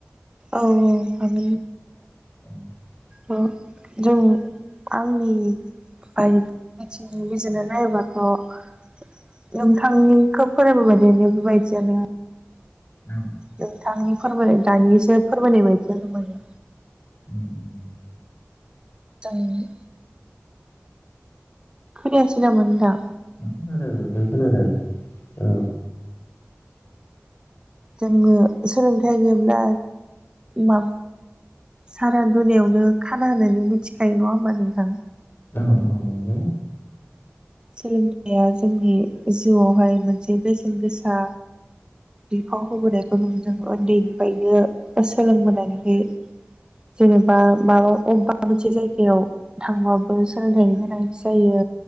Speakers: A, on the right; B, on the left.
A: औ औ हागोन
B: <inaudible>
A: औ जों आंनि बायदि बिथिंनि गेजेरजों बिजिरनाय नायोबाथ' नोंथांनिखौ फोरमायबोनाय बे बायदियानो
B: औ
A: नोंथांनि फोरमायनाय दानिसो फोरमायनाय बायदियानो मोने
B: उम उम
A: जायो खोनायासै नामा नोंथां?
B: खोनादों नोंथां खोनादों औ
A: जोङो सोलोंथाइ गैब्ला मा सारा दुनियावनो खाना होननानै मिथिखायो नङा होमबा नोंथां?
B: औ औ नंगौ
A: सोलोंथाइया जोंनि जिउआवहाय मोनसे बेसेन गोसा बिफाव होबोनायखौ जों उन्दैनिफ्रायनो सोलोंबोनानैहाय जेनेबा माबा अबेबा मोनसे जायगायाव थांबाबो सोलोंथाइनि गोनांथि जायो